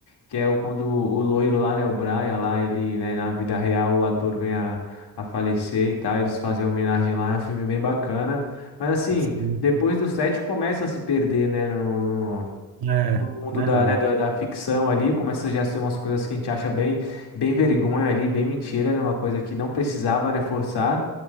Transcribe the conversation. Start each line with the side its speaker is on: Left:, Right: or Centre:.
Left: que é o, quando o loiro lá, né, o Brian lá, ele, né, na vida real o ator vem a, a falecer e tal, eles fazem uma homenagem lá, é um filme bem bacana. Mas assim,
Right: sim.
Left: depois do 7 começa a se perder, né, no, no-
Right: É,
Left: do mundo
Right: verdade.
Left: da, né, da, da ficção ali, começa já a ser umas coisas que a gente acha bem, bem vergonha ali, bem mentira, né? Uma coisa que não precisava, né, forçar.